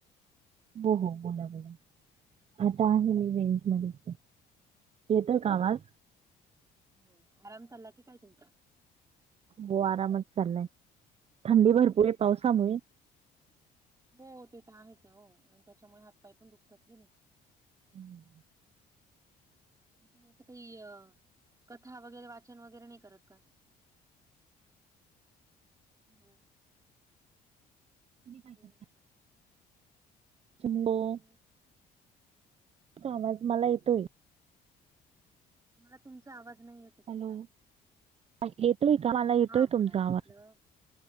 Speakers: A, on the right; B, on the right.
A: हो हो
B: तरी
A: बोला बोला. आता आहे इव्हेंटमध्येच आहे. येतोय का आवाज?
B: हो आराम चालला की काय तुमचा?
A: हो आरामच चाललाय. थंडी भरपूर आहे पावसामुळे.
B: हो ते तर आहेच हो आणि त्याच्यामुळे हात पाय पण दुखतात की नाही.
A: हम्म.
B: मग तुम्ही असं काही अ कथा वगैरे वाचन वगैरे नाही करत का? हॅलो.
A: तुम्ही काय
B: हॅलो
A: करताय? <unintelligible>
B: हॅलो
A: येतोय आवाज मला येतोय.
B: मला तुमचा आवाज नाही येत. आहे क्लिअर.
A: हॅलो. येतोय का? मला येतोय
B: हा बोला
A: तुमचा
B: म्हटलं
A: आवाज.